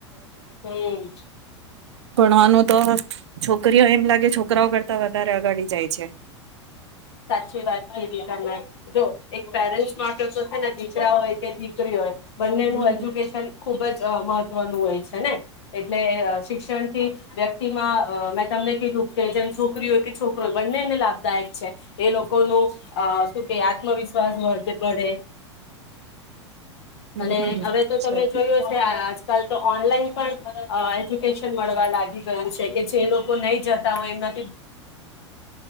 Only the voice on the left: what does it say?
હમ્મ.
સાચી વાત <unintelligible> <inaudible> જો એક પેરેન્ટ્સ માટે તો છે ને દીકરા હોય કે દીકરી હોય બંનેનું
એજ્યુકેશન ખુબ જ અ મહ મહત્તવનું હોય છે ને એટલે શિક્ષણથી વ્યક્તિમાં અ મેં તમને કીધું કે જેમ છોકરી હોય કે છોકરો હોય બંનેને લાભદાયક છે. એ લોકો નું અ શું કે આત્મવિશ્વાસ મળે.
અને હવે તો તમે
જોયું હશે આ કાલ તો ઓનલાઈન પણ અ એજ્યુકેશન મળવા લાગી ગયુ છે કે જે લોકો નહીં જતા હોય એનાથી